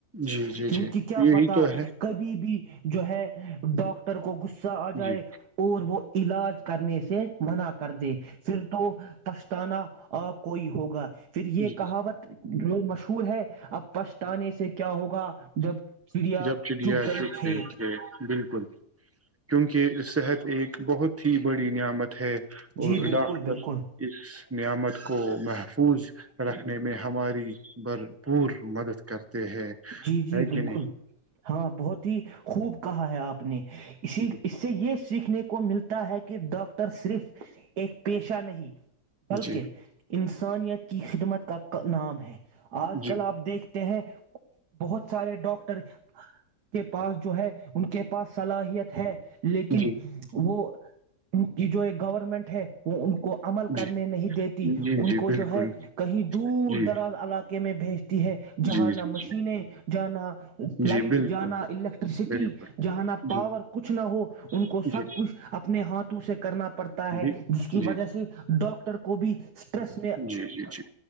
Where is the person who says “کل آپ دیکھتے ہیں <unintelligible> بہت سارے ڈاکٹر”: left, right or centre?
Right